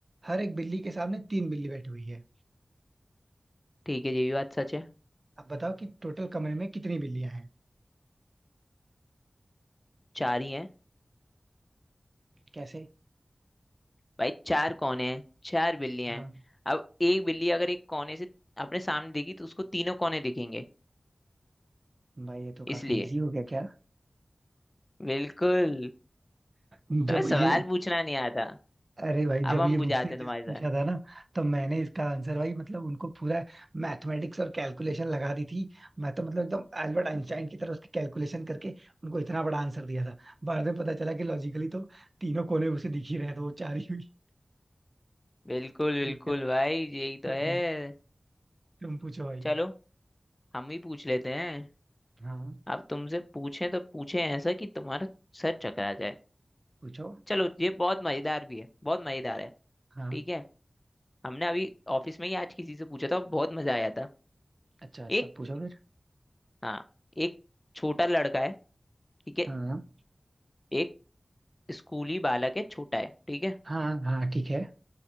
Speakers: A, on the right; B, on the left.
A: हर एक बिल्ली के सामने तीन बिल्ली बैठी हुई है
B: ठीक है ये भी बात सच है
A: अब बताओ कि टोटल कमरे में कितनी बिल्लियां हैं
B: चार ही हैं
A: कैसे
B: भाई चार कोने हैं चार बिल्लियां
A: हाँ
B: हैं अब एक बिल्ली अगर एक कोने से अपने सामने दिखी तो उसको तीनों कोने दिखेंगे
A: भाई ये तो काफी
B: इसलिए
A: इजी हो गया क्या
B: बिल्कुल
A: जब
B: तुम्हें सवाल
A: ये
B: पूछना नहीं आता
A: अरे भाई जब
B: अब हम
A: ये
B: बुझाते
A: मुझसे
B: हैं
A: जब
B: तुम्हारे साथ
A: पूछा था ना तो मैंने इसका आंसर भाई मतलब उनको पूरा मैथमेटिक्स और कैलकुलेशन लगा दी थी मैं तो मतलब एकदम अल्बर्ट आइंस्टाइन की तरह उसकी कैलकुलेशन करके उनको इतना बड़ा आंसर दिया था बाद में पता चला कि लॉजिकली तो तीनों कोने उसे दिख ही रहे थे वो चार ही <laughs> हुई
B: बिल्कुल बिल्कुल
A: ठीक है
B: भाई यही
A: कोई
B: तो है
A: नहीं तुम पूछो भाई
B: चलो हम ही पूछ लेते हैं
A: हाँ
B: अब तुमसे पूछें तो पूछें ऐसा कि तुम्हारा सर चकरा जाए
A: पूछो
B: चलो ये बहुत मजेदार भी है बहुत मजेदार है
A: हाँ
B: ठीक है हमने अभी ऑफिस में ही आज किसी से पूछा था बहुत मजा आया था
A: अच्छा अच्छा
B: एक
A: पूछो फिर
B: हाँ एक छोटा लड़का है ठीक है
A: हाँ
B: एक स्कूली बालक है छोटा है ठीक है
A: हाँ हाँ ठीक है